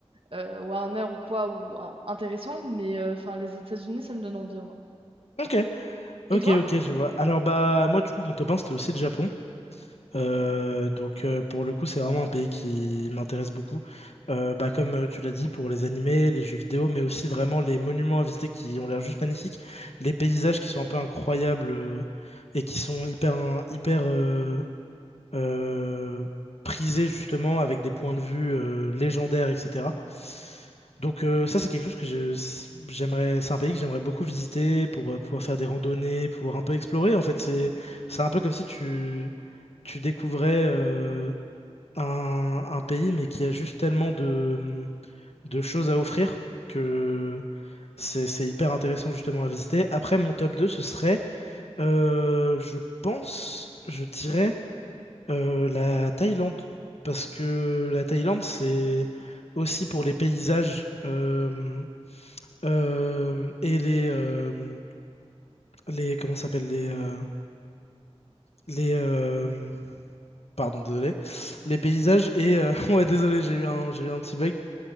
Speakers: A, on the right; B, on the left.
A: euh, Warner ou quoi, ou euh, intéressants, mais euh, enfin les États-Unis, ça me donne envie. en vrai.
B: Ok,
A: Et
B: ok,
A: toi?
B: ok, je vois. Alors, bah, moi, du coup, mon top 1, c'était aussi le Japon. Euh, donc, euh, pour le coup, c'est vraiment un pays qui m'intéresse beaucoup. Euh, bah, comme euh, tu l'as dit, pour les animés, les jeux vidéo, mais aussi vraiment les monuments à visiter qui ont l'air juste magnifiques, les paysages qui sont un peu incroyables euh, et qui sont hyper, hyper, euh, euh, prisé justement avec des points de vue euh, légendaires, etc. Donc euh, ça, c'est quelque chose que je- j'aimerais, c'est un pays que j'aimerais beaucoup visiter pour euh, pouvoir faire des randonnées, pouvoir un peu explorer. En fait, c'est c'est un peu comme si tu tu découvrais euh, un, un pays, mais qui a juste tellement de de choses à offrir que c'est c'est hyper intéressant justement à visiter. Après, mon top 2 ce serait, euh, je pense, je dirais euh, la Thaïlande, parce que la Thaïlande, c'est aussi pour les paysages euh, euh, et les, euh, les comment ça s'appelle les euh, les euh, pardon désolé les paysages et euh, <laughs> ouais désolé j'ai eu un j'ai eu un petit bug.